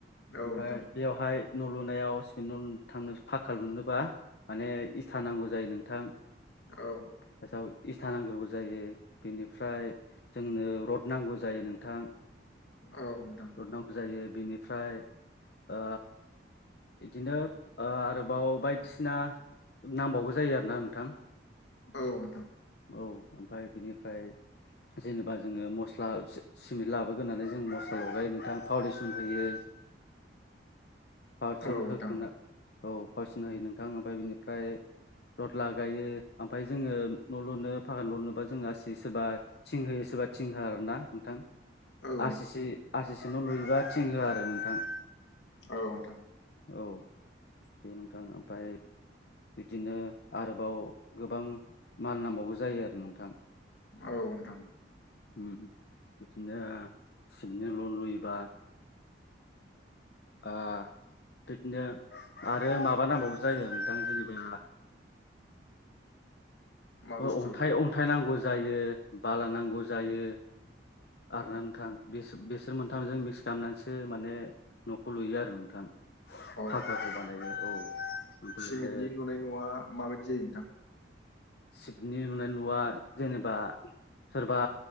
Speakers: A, on the left; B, on the left.
A: औ
B: ओमफ्राय
A: नोंथां
B: बेवहाय न' लुनायाव सिपि न' ल थांनो फाखा लुनोबा माने इथा नांगौ जायो नोंथां।
A: औ
B: दा इथा नांग्रोगौ जायो बेनिफ्राय जोंनो रड नांगौ जायो नोंथां।
A: औ नोंथां।
B: रड नांगौ जायो बिनिफ्राय ओ बिदिनो ओ आरोबाव बायदिसिना नांबावगौ जायो आरोना नोंथां।
A: औ नोंथां।
B: औ ओमफ्राय बिनिफ्राय जेनेबा जोङो मस्ला सिमेन्ट लाबोगोनानै जों मस्ला लगायो नोंथां फाउन्डेसन होयो। पारसन
A: औ नोंथां औ नोंथां
B: होगोन औ पारसन होयो नोंथां ओमफ्राय बिनिफ्राय रड लागायो ओमफ्राय जोङो न' लुनो फागान ल' लुनोबा जोङो आसि सोरबा थिं होयो सोरबा थिं होआ आरो ना। नोंथां
A: औ
B: आरसिसि न' लुयोबा थिं होआ आरो नोंथां।
A: औ नोंथां।
B: औ दे नोंथां ओमफ्राय बिदिनो आरोबाव गोबां माल नांबावगौ जायो आरो नोंथां।
A: औ नोंथां।
B: उम बिदिनो सिमपुल न' लुयोबा ओ बिदिनो आरो माबा नांबावो जायो नोंथां जेनेबा
A: मा बुस्थु
B: अन्थाइ अन्थाइ नांगौ जायो बाला नांगौ जायो। आरो ना नोंथां बिसोर मोनथामजों मिक्स खालामनानैसो माने न'खौ लुयो आरो नोंथां।
A: अ
B: फाखाखौ बानायो औ ओमफ्राय
A: सिमेन्टनि
B: आरो
A: लुनाय न'आ माबायदि जायो नोंथां
B: सिमेन्ट नि लुनाय न'आ जेनेबा सोरबा